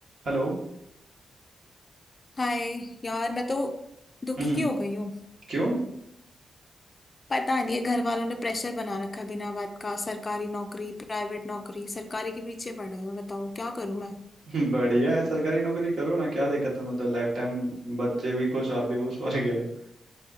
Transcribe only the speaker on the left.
हाय यार मैं तो दुखी
हो गई हूँ
पता नहीं है घर वालों ने प्रेशर बना रखा है बिना बात का सरकारी नौकरी प्राइवेट नौकरी सरकारी के पीछे पड़े हैं बताओ क्या करूँ मैं